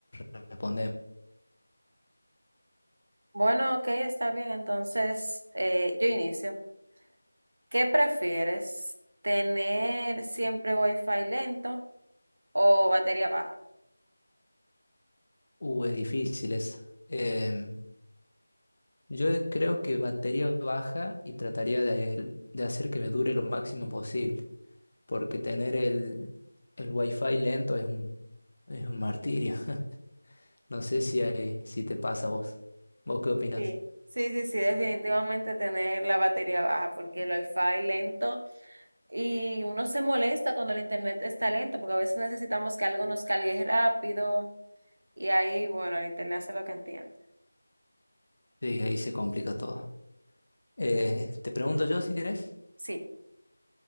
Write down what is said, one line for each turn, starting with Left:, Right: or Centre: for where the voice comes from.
Left: respondemos?
Right: Bueno, ok, está bien. Entonces, eh, yo inicio. ¿Qué prefieres? ¿Tener siempre wifi lento o batería baja?
Left: Uh, es difícil esa. Em, yo creo que batería baja y trataría de, de hacer que me dure lo máximo posible. porque tener el, el wifi lento es un, es un martirio. <laughs> No sé si, hay- si te pasa a vos. ¿Vos qué opinas?
Right: Sí, sí, sí, sí, definitivamente tener la batería baja, porque el wifi lento y uno se molesta cuando el internet está lento, porque a veces necesitamos que algo nos cargue rápido y ahí, bueno, el internet hace lo que entiende.
Left: Sí, ahí se complica todo. Eh, te pregunto yo si querés.
Right: Sí.